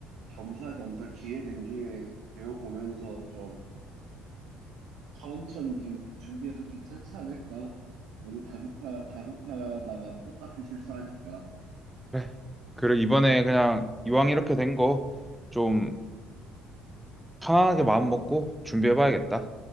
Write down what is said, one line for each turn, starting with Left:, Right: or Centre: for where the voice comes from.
Right: 겸사겸사 기회 된 김에 배워보면서 좀 천천히 좀 준비해도 괜찮지 않을까? 너무 다급하, 다급하다가 똑같은 실수하니까.
Centre: 그래. 그래 이번에 그냥 이왕 이렇게 된 거 좀 편안하게 마음 먹고 준비해봐야겠다.